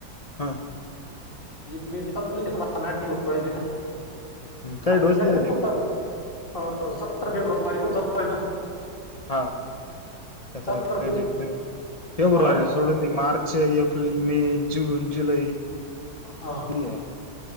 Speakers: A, on the left (about 75°); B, on the left (about 30°).
A: हां.
B: <unintelligible> <inaudible>
A: काही डोस दिले ते
B: सत्तर
A: हा <unintelligible>
B: सतरा
A: फेब्रुवारी
B: फेब्रुवारी हा
A: सोडुन दे मार्च, एप्रिल, मे, जून, जुलै.
B: हा.
A: ये